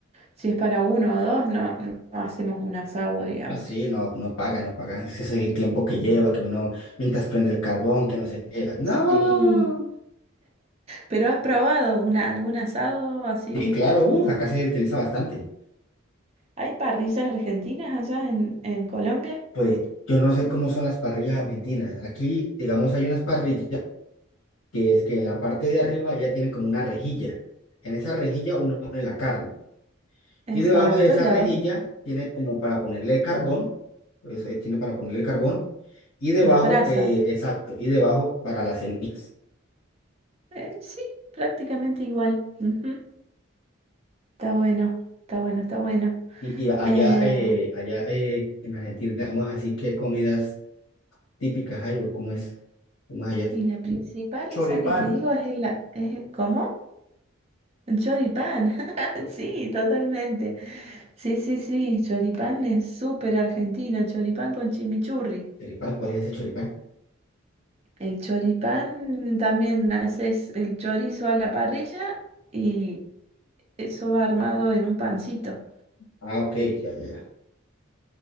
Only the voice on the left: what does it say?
Así, no, no paga, no paga. Ese es el tiempo que lleva, que uno, mientras prende el carbón, que no se qué. No.
Sí, claro, uh, acá se utiliza bastante.
Pues yo no sé cómo son las parrillas argentinas. Aquí, digamos, hay unas parrillas. que es que en la parte de arriba ya tienen como una rejilla. En esa rejilla uno pone la carne.
Y debajo de esa
rejilla
tiene como para ponerle el carbón. eso eh, tiene para ponerle el carbón. Y debajo,
eh, exacto, y debajo para las cenizas.
Y, y allá,
eh, allá eh, en Argentina, digamos así, ¿qué comidas típicas hay o cómo es? ¿Cómo es allá?
Choripán.
¿Choripán? ¿Cuál es ese choripán?
Ah, ok, ya, ya, ya.